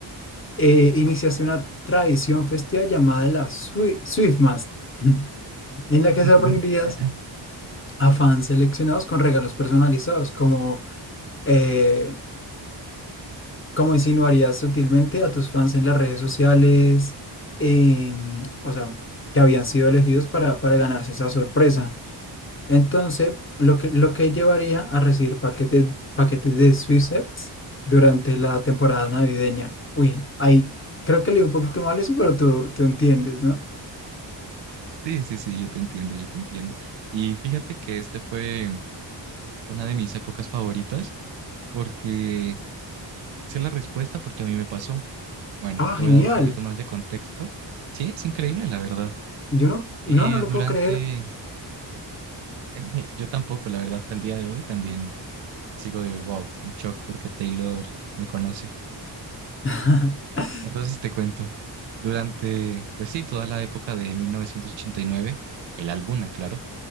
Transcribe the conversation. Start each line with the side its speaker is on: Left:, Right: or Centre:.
Left: eh, iniciaste una tradición festiva llamada la Swi- Swiftmas, <laughs> en
Right: <laughs>
Left: la que sorprendías a fans seleccionados con regalos personalizados, como, eh, como insinuarías sutilmente a tus fans en las redes sociales, em, o sea, que habían sido elegidos para, para ganarse esa sorpresa. Entonces, lo que, lo que llevaría a recibir paquetes, paquetes de Swissets durante la temporada navideña. Uy, ahí creo que leí un poquito mal eso, pero tú, tú entiendes, ¿no?
Right: Sí, sí, sí, yo te entiendo, yo te entiendo. Y fíjate que este fue una de mis épocas favoritas porque Sé la respuesta porque a mí me pasó. Bueno,
Left: Ah,
Right: te
Left: genial.
Right: voy a dar un poquito más de contexto. Sí, es increíble, la verdad.
Left: Yo no, no,
Right: Eh,
Left: no lo
Right: durante,
Left: puedo creer.
Right: <laughs> yo tampoco, la verdad, hasta el día de hoy también sigo de wow, en shock porque Taylor me conoce.
Left: <laughs>
Right: Entonces te cuento, durante, pues sí, toda la época de 1989 el álbum, claro,